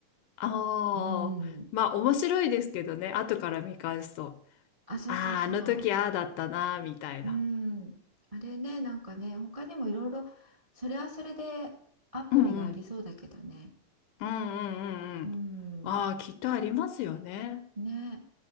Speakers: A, on the left (about 75°); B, on the right (about 30°).
A: ああ、
B: うん。
A: まあ面白いですけどね、後から見返すと、
B: あ、そうそうそう。
A: ああ、あの時ああだったな、みたいな。
B: うん。あれね、なんかね、他にもいろいろ、それはそれでアプリがありそうだけどね。
A: うんうん。うんうんうんうん。
B: うん。
A: ああ、きっとありますよね。
B: ね。